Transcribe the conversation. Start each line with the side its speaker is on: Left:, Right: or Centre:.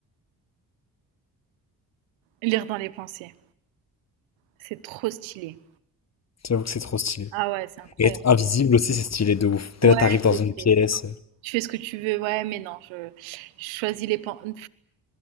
Right: lire dans les pensées, c'est trop stylé.
Left: J'avoue que c'est trop stylé.
Right: Ah ouais, c'est incroyable.
Left: Et être invisible aussi, c'est stylé de ouf. Dès
Right: Ouais,
Left: là, t'arrives dans
Right: c'est
Left: une pièce.
Right: vrai. Tu fais ce que tu veux, ouais, mais non, je, je choisis les pensées.